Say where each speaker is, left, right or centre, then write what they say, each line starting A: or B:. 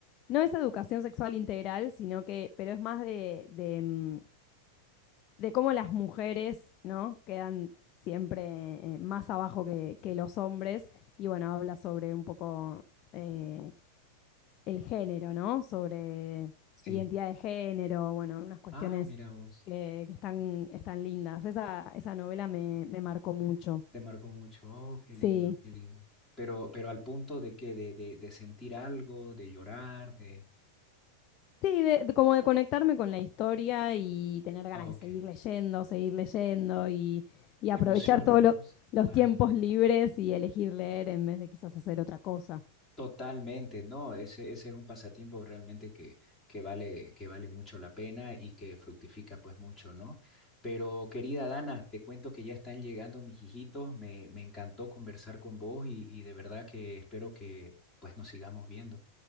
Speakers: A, on the left; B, on the left.
A: no es educación sexual integral, sino que, pero es más de, de, mm, de cómo las mujeres, ¿no? Quedan siempre eh, más abajo que, que los hombres. Y bueno, habla sobre un poco eh, el género, ¿no? Sobre
B: sí.
A: identidad de género, bueno, unas cuestiones
B: Ah, mira vos,
A: que, que están, están lindas. Esa, esa novela me, me marcó mucho.
B: te marcó mucho. Oh, qué
A: Sí.
B: lindo, qué lindo. Pero, pero al punto de que de, de, de sentir algo, de llorar, de...
A: Sí, de- de- como de conectarme con la historia y tener ganas
B: ah, ok,
A: de seguir leyendo, seguir leyendo y, y aprovechar
B: emociones,
A: todos
B: ¿no?
A: los
B: Ajá.
A: tiempos libres y elegir leer en vez de quizás hacer otra cosa.
B: Totalmente, no, ese, ese es un pasatiempo realmente que, que vale, que vale mucho la pena y que fructifica pues mucho, ¿no? Pero querida Dana, te cuento que ya están llegando mis hijitos, me, me encantó conversar con vos y, y de verdad que espero que pues nos sigamos viendo.